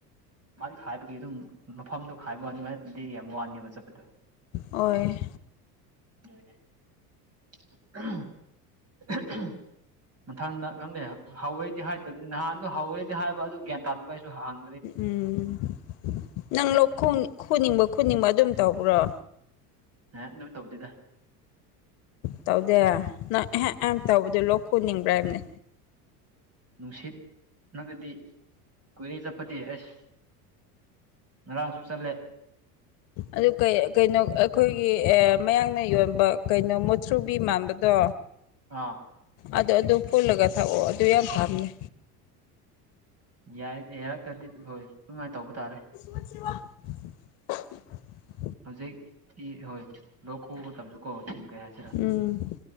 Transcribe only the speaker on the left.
ꯑꯣꯏ
ꯎꯝ ꯅꯪ ꯂꯧ ꯈꯨꯅꯤꯡꯕ ꯈꯨꯅꯤꯡꯕ ꯑꯗꯨꯝ ꯇꯧꯕ꯭ꯔꯣ
ꯇꯧꯗꯦ ꯅꯪ
ꯑꯦꯍ ꯑꯦ ꯇꯧꯕꯗꯣ ꯂꯣꯛ ꯈꯣꯟꯅꯤꯡꯕ꯭ꯔꯥ ꯍꯥꯏꯕꯅꯦ
ꯑꯗꯨ ꯀꯩꯅꯣ ꯑꯩꯈꯣꯏꯒꯤ ꯃꯌꯥꯡꯅ ꯌꯣꯟꯕ ꯀꯩꯅꯣ ꯃꯨꯊ꯭ꯔꯨꯕꯤ ꯃꯥꯟꯕꯗꯣ
ꯑꯗꯨ ꯑꯗꯨ ꯐꯨꯜꯂꯒ ꯊꯥꯛꯑꯣ ꯑꯗꯨ ꯌꯥꯝ ꯐꯥꯕꯅꯦ
<unintelligible>
ꯎꯝ